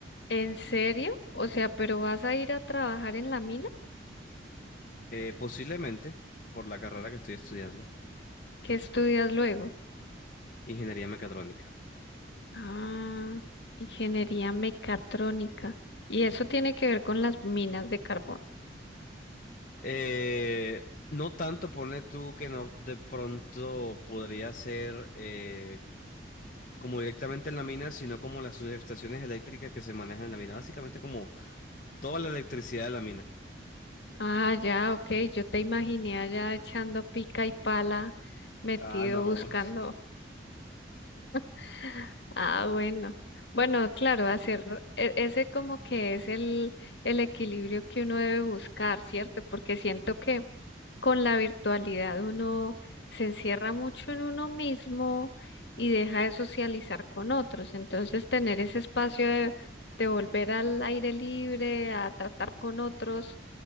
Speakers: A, on the left; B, on the left.
A: ¿En serio? O sea, pero vas a ir a trabajar en la mina?
B: Eh, posiblemente, por la carrera que estoy estudiando,
A: ¿Qué estudias luego?
B: ingeniería mecatrónica.
A: Ah, ingeniería mecatrónica. Y eso tiene que ver con las minas de carbón.
B: Eh, no tanto, ponle tú que no de pronto podría ser eh, como directamente en la mina, sino como las subestaciones eléctricas que se manejan en la mina, básicamente como toda la electricidad de la mina.
A: Ah, ya, ok. Yo te imaginé allá echando pica y pala, metido
B: Ah, no.
A: buscando. <laughs> Ah, bueno. Bueno, claro, hacer e- ese como que es el, el equilibrio que uno debe buscar, ¿cierto? Porque siento que con la virtualidad uno se encierra mucho en uno mismo y deja de socializar con otros. Entonces, tener ese espacio de, de volver al aire libre, a tratar con otros,